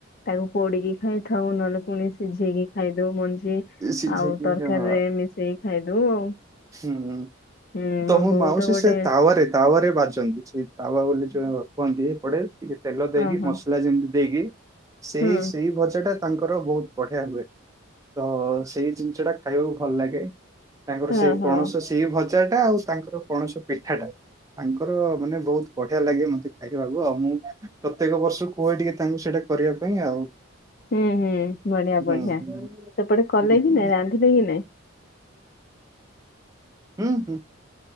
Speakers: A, on the left; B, on the right.
A: ତାକୁ ପୋଡିକି ଖାଇଥାଉ ନହେଲେ ପୁଣି ସିଝେଇକି ଖାଇଦେଉ ମଞ୍ଜି
B: ସିଝେଇକି
A: ଆଉ ତରକାରୀ
B: ହଁ
A: ରେ ମିଶେଇକି ଖାଇଦେଉ ଆଉ
B: ହୁଁ
A: ହୁଁ
B: ତ
A: ମୋ
B: ମୁଁ
A: ବୋଉ
B: ମାଉସୀ
A: ଗୋଟେ
B: ସେ ତାୱାରେ ତାୱା ରେ ବାଜନ୍ତି, ସେ ତାୱା ବୋଲି କୁହନ୍ତି ଏପଟେ ଟିକେ ତେଲ ଦେଇକି
A: ଓହୋ
B: ମସଲା ଯେମିତି ଦେଇକି ସେଇ
A: ହୁଁ
B: ସେଇ ଭଜାଟା ତାଙ୍କର ବହୁତ ବଢିଆ ହୁଏ ତ ସେଇ ଜିନିଷ ଟା ଖାଇବାକୁ ଭଲ ଲାଗେ। ତାଙ୍କର ସେଇ
A: ଓହୋ
B: ପଣସ ସେଇ ଭଜା ଟା, ଆଉ ତାଙ୍କର ପଣସ ପିଠାଟା, ତାଙ୍କ ତାଙ୍କର ମାନେ ବହୁତ ବଢିଆ ଲାଗେ ମତେ ଖାଇବାକୁ ଆଉ, ମୁଁ ପ୍ରତ୍ୟେକ ବର୍ଷ କୁହେ ଟିକେ ତାଙ୍କୁ ସେଇଟା କରିବା ପାଇଁ ଆଉ
A: ହୁଁ ହୁଁ ବଢିଆ
B: ହୁଁ
A: ବଢିଆ,
B: ହୁଁ
A: ସେପଟେ କଲେ କି ନାଇଁ, ରାନ୍ଧିବେ କି ନାଇଁ,
B: ହୁଁ ହୁଁ